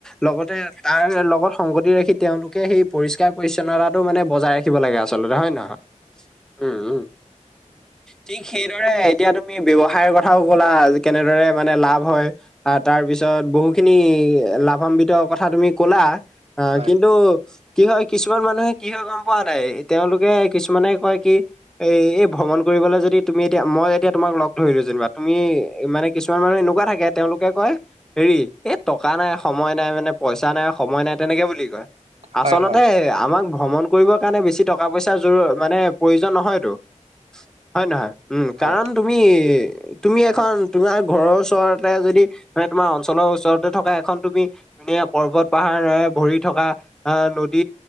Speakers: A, in the centre; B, on the right (about 55°).
A: লগতে তাৰ লগত সংগতি ৰাখি তেওঁলোকে সেই পৰিষ্কাৰ পৰি্ছন্নতাটো মানে বজাই ৰাখি ব লাগে আচলতে হয় নহয়? উ উ ঠিক সেই দৰে এতিয়া তুমি ব্যৱসায়ৰ কথাও ক'লা কেনেদৰে মানে লাভ হয় আহ তাৰ পিছত ব বহু খিনি লাভান্বিত কথা তুমি কলা, আহ
B: হয়
A: কিন্তু কি হয় কিছুমান মানুহে কি হয় গম পোৱা নাই তেওঁলোকে কিছুমানে কয় কি এই এই ভ্ৰমণ কৰি লে যদি তুমি এতিয়া মই এতিয়া তোমাক লগ ধৰিলো যেনিবা, তুমি মানে কিছুমান মানুহ এনেকুৱা থাকে তেওঁলোকে কয় হেৰি এই টকা নাই সময় নাই মানে পইচা নাই সময় নাই তেনেকে বুলি কয়। আচলতে
B: হয় হয়
A: আমাক ভ্ৰমণ কৰিবৰ কাৰণে বেছি টকা পইচাৰ জ মানে প্ৰয়োজন নহয়তো। হয় নহয়? উম
B: হয়
A: কাৰণ তুমি তুমি এখন তোমাৰ ঘৰৰ ওচৰতে যদি মান তোমাৰ অঞ্চলৰ ওচৰতে থকা এখন তুমি মানে পৰ্বত পাহাৰেৰে ভৰি থকা আ নদী